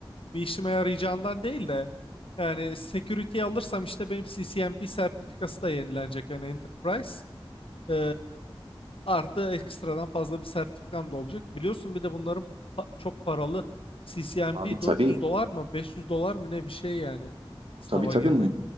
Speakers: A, on the left; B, on the right.
A: Bir işime yarayacağından değil de yani security alırsam işte benim CCNP sertifikası da yenilenecek yani Enterprise. Ee, artı ekstradan fazla bir sertifikam da olacak. Biliyorsun bir de bunların pa- çok paralı. CCNP
B: Abi tabii.
A: 400 dolar mı 500 dolar mı ne bir şey yani sınava
B: Tabii tabii
A: girmek.
B: mu-